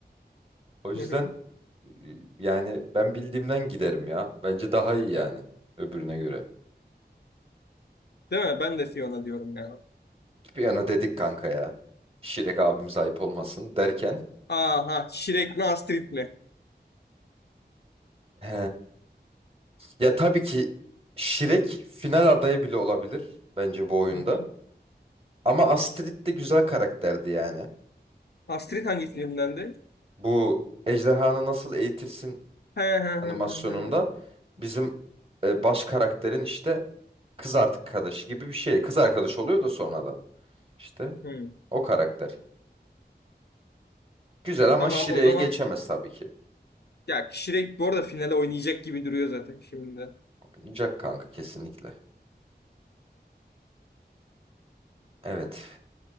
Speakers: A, on the right; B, on the left.
A: O yüzden
B: Hı hı.
A: e, yani ben bildiğimden giderim ya. Bence daha iyi yani öbürüne göre.
B: Değil mi? Ben de Fiona diyorum ya.
A: Fiona dedik kanka ya. Shrek abimiz ayıp olmasın derken.
B: Aha, Shrek mi Astrid mi?
A: He. Ya tabii ki Shrek final adayı bile olabilir bence bu oyunda.
B: Hı hı.
A: Ama Astrid de güzel karakterdi yani. E,
B: Astrid hangi filmdendi?
A: Bu ejderhanı nasıl eğitirsin
B: He he he he.
A: animasyonunda bizim e, baş karakterin işte kız arkadaşı gibi bir şey. Kız arkadaşı oluyor da sonradan. İşte
B: he. Hı.
A: o karakter. Güzel ama
B: Tamam
A: Şire'yi
B: o zaman
A: geçemez tabii ki.
B: ya Shrek bu arada finale oynayacak gibi duruyor zaten şimdi.
A: Oynayacak kanka kesinlikle. Evet.